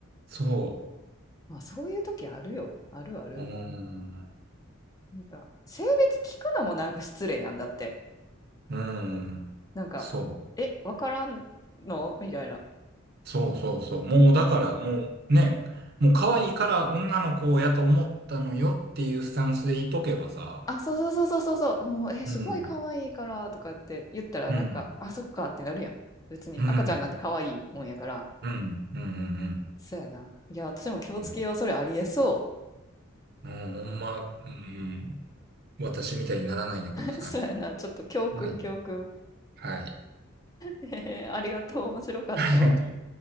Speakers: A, on the right; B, on the left.
A: そ
B: まあ、そういう時あるよ。あるある。
A: う。うん。
B: なんか、性別聞くのもなんか失礼やんだって。
A: うん。
B: なんか、
A: そう。
B: え、わからんのみたいな。
A: そうそうそう。もうだからもうね、もう可愛いから女の子やと思ったのよっていうスタンスでいとけばさ、
B: あ、そうそうそうそうそうそう。もう、え、
A: うん、
B: すごい可愛いから、とかって言ったら、
A: うん、
B: なんか、あ、そっかってなるやん。別に、
A: うん、
B: 赤ちゃんなんて可愛いもんやから。
A: うん、うん、うん、うん、
B: そうやな。いや、私も気をつけよう。
A: うん
B: それありえそ
A: んほんま、うん、私みたいにならないでください。
B: う。<laughs> そうやな。ちょっと教訓、
A: はい。
B: 教訓。
A: はい。
B: へえ、ありがとう。面白かったわ。
A: <laughs> ありがとう。